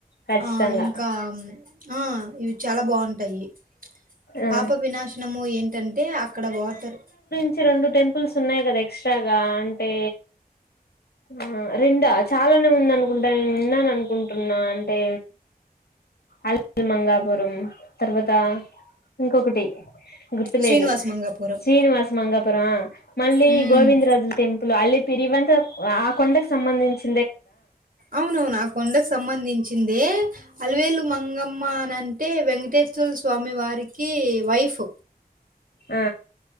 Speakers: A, on the left (about 75°); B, on the right (about 60°).
A: ఖచ్చితంగా
B: ఆ ఇంకా ఆ ఇవి చాలా బాగుంటాయి
A: ఆ
B: పాప వినాశనము ఏంటంటే అక్కడ వాటర్
A: వచ్చి రెండు టెంపుల్స్ ఉన్నాయి కదా ఎక్స్ట్రాగా అంటే ఆ రెండా చాలానే ఉంద అనుకుంటాను నేను విన్నాను అనుకుంటున్నా అంటే అలివేలు మంగాపురం తర్వాత ఇంకొకటి గుర్తులేదు
B: శ్రీనివాస మంగాపురం.
A: శ్రీనివాస్ మంగపురం మళ్ళీ
B: హ్మ్.
A: గోవిందరాజుల టెంపుల్ అల్ పిరివంత ఆ కొండకి సంబంధించి
B: అవునవును ఆ కొండకు సంబంధించింది అలివేలు మంగమ్మ అనింటే వెంకటేశ్వర స్వామి వారికి వైఫ్
A: ఆ